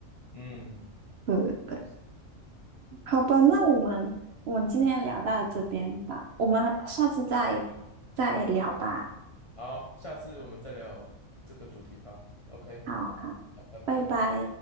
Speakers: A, on the left; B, on the right.
A: 嗯，
B: 对对对，
A: 确实。
B: 好吧，那我们我们今天聊到这边吧，我们下次再再聊吧。
A: 好，下次我们再聊这个主题吧。OK，
B: 好好，
A: 好，拜拜。
B: 拜拜。